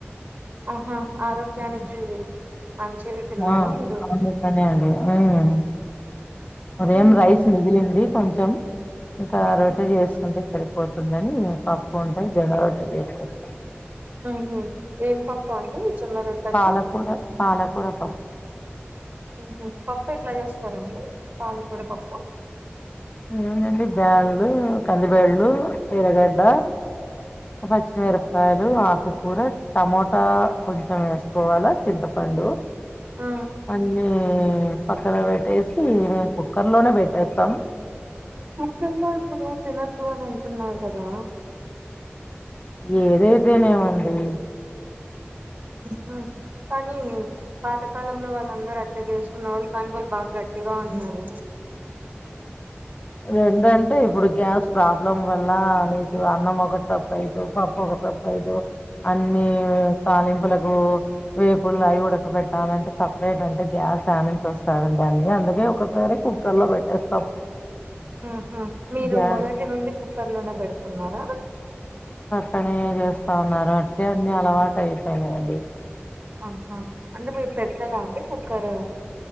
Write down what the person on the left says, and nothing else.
ఆ
అందుకనే, అండి, ఉమ్. ఉదయం, రైస్, మిగిలింది, కొంచెం, ఇంకా, రోట్టే, జెసుకుంటే, సరి. పోతుందనీ, అ పప్పుఉంటే జొన్న, రొట్టె, జెసేస్తా.
పాలకూర పాలకూర పప్పు.
ఏముందండి, బ్యాన్లు, కందిబేళ్లు, ఎర్రగడ్డ. పచ్చిమిరపకాయలు, ఆకుకూర, టమోటా, కొంచం. మొత్తం, ఎసుకోవాలె, చింతపండు,
అన్నీ, ఏ. పక్కన, వెట్టేసి, మేము, కుక్కర్ లోనే, బెట్టేత్తమ్.
ఏదైతేనేమండి.
రెండు అంటే ఇప్పుడు గ్యాస్. ప్రాబ్లం వల్ల, మీకు, అన్నం, ఒక సపరైటు పప ఒక సపరైటు అన్ని ఏ. తాలింపులకు, తెలిపులకు వేపుుల్లయివేపుల్లు అయ్ గుడ వేపుల్లు, ఉడక బెట్ట. తనటే స్ప్రెట్ అంటేచట్టాలంటే సపరేట్ అంటే గ్యాస్ యానించి వస్తాడుడి అ అందుకే ఒకసారి కుక్కర్ లో పెట్టేస్తాం
గ్యాస్
తనూ జేస్తా, ఉన్నారు, అంటే, అన్ని, అలవాటు, అయిపోయినాయండి.